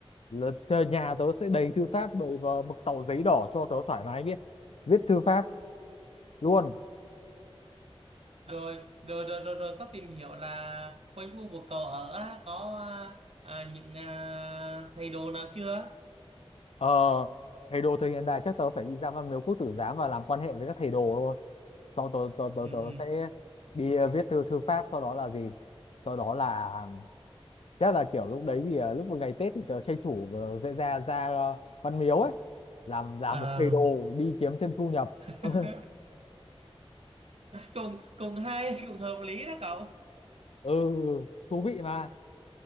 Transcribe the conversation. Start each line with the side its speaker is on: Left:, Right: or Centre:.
Left: là tờ- nhà tớ sẽ đầy thư pháp bởi và mực tàu giấy đỏ cho tớ thoải mái viết viết thư pháp luôn
Right: rồi rồi rồi rồi, rồi có tìm hiểu là quanh khu vực cậu ở á, có à, à, những à, thầy đồ nào chưa
Left: ờ thầy đồ thời hiện đại chắc tớ phải đi ra văn miếu quốc tử giám và làm quan hệ với các thầy đồ thôi sau tớ tớ tớ,
Right: ừ.
Left: tớ
Right: ừ.
Left: sẽ đi ờ, viết thư thư pháp sau đó là gì sau đó là chắc là kiểu lúc đấy thì à, lúc vào ngày Tết thì tớ tranh thủ ờ, sẽ ra ra ờ, Văn Miếu ấy làm làm
Right: À,
Left: một thầy đồ đi kiếm thêm thu nhập <laughs> ừ
Right: <laughs> cùng cùng hay cùng hợp lý đó cậu
Left: ừ, thú vị mà